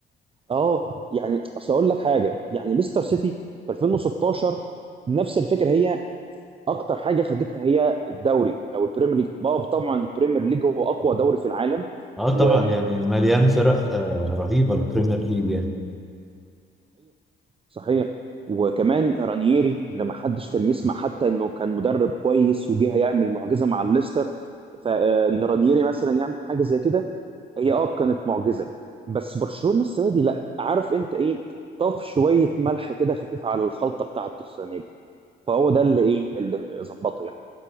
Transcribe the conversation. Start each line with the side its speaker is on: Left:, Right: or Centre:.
Right: اه يعني اصل اقول لك حاجة يعني ليستر سيتي في 2016 نفس الفكره هي اكتر حاجه خدتها هي الدوري او البريمير ليج اه طبعا البريمير ليج هو اقوى دوري في العالم
Centre: اه
Right: وصحيح
Centre: طبعا يعني مليان فرق آه رهيبة البريمير ليج يعني
Right: صحيح وكمان رانييري اللي ما حدش كان يسمع حتى انه كان مدرب كويس وجه هيعمل معجزه مع الليستر فان رانييري مثلا يعمل حاجه زي كده هي اه كانت معجزه بس برشلونه السنه دي لا عارف انت ايه طف شويه ملح كده خفيف على الخلطه بتاعته السنه دي فهو ده اللي ايه اللي ظبطه يعني